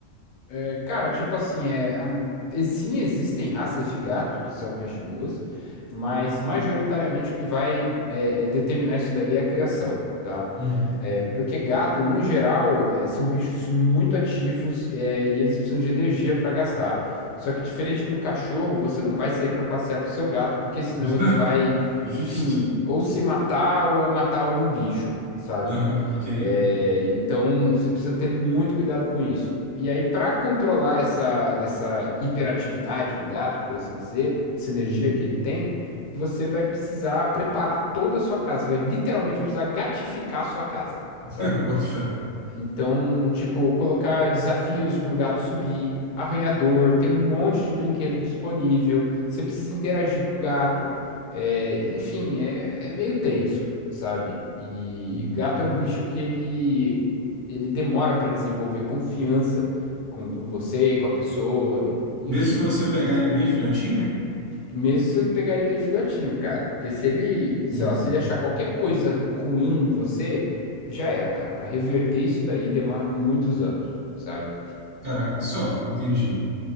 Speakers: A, on the left; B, on the right.
A: É, cara, tipo assim, é, a- e- sim, existem raças de gato que são mais de boas, mas majoritariamente o que vai é, é, determinar isso daí é a criação. tá?
B: Uhum.
A: É, porque gato, num geral, é, são bichos muito ativos, é, e eles precisam de energia para gastar. Só que diferente de um cachorro, você não vai sair para passear com o seu gato, porque senão
B: <laughs>
A: ele vai,
B: Justo.
A: enfim, ou se matar ou matar algum bicho, sabe?
B: Aham, ok.
A: É, então você precisa ter muito cuidado com isso. E aí, para controlar essa, essa hiperatividade do gato, por assim dizer, essa energia
B: Uhum.
A: que ele tem você vai precisar preparar toda a sua casa, vai literalmente precisar gatificar a sua casa,
B: <laughs>
A: sabe?
B: Boto fé.
A: Então, tipo, colocar desafios pro gato subir, arranhador, ter um monte de brinquedo disponível, você precisa interagir com o gato, é, enfim, é, é meio tenso, sabe? E
B: Uhum.
A: gato é um bicho que ele, ele demora para desenvolver confiança com, com você, com a pessoa, enfim.
B: Mesmo se você pegar ele bem filhotinho?
A: Mesmo se você pegar ele bem filhotinho, cara. Porque se ele, sei
B: Uhum.
A: lá, se ele achar qualquer coisa ruim em você, já era, cara. Pra reverter isso daí demora muitos anos, sabe?
B: Caraca, só, entendi.